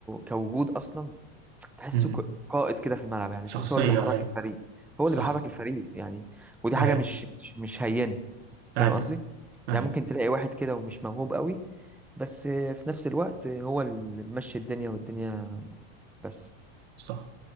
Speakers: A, in the centre; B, on the right.
A: كوجود اصلا تحسه
B: أمم.
A: ك- قائد كده في الملعب يعني
B: شخصية
A: تحسه هو اللي بيحرك
B: أي
A: الفريق هو
B: صح
A: اللي بيحرك الفريق يعني ودي حاجه
B: أي
A: مش مش مش هينه فاهم
B: أي
A: قصدي
B: أي
A: يعني ممكن تلاقي واحد كده ومش موهوب قوي بس في نفس الوقت هو اللي ماشي الدنيا والدنيا بس
B: صح